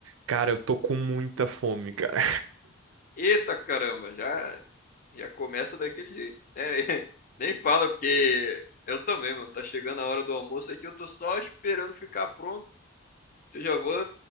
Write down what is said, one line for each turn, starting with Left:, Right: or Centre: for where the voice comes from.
Right: Cara, eu tô com muita fome, cara.
Left: Eita caramba, já, já começa daquele jeito. É, <laughs> nem fala, porque eu também, mano, tá chegando a hora do almoço aqui, eu tô só esperando ficar pronto. Eu já vou,